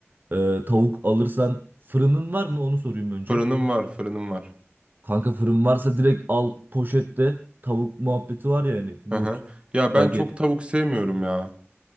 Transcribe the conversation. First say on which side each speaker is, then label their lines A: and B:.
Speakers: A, on the right; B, on the right.
A: Ee, tavuk alırsan fırının var mı? Onu sorayım önce.
B: Fırınım var, fırınım var.
A: Kanka fırın varsa direkt al poşette. Tavuk muhabbeti var ya hani but,
B: Hı hı. Ya
A: baget.
B: ben çok tavuk sevmiyorum ya.